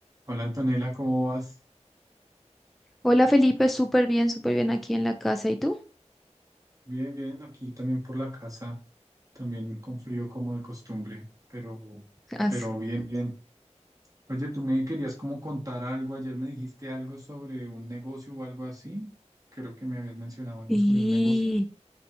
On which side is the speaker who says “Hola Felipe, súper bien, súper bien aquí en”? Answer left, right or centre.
Centre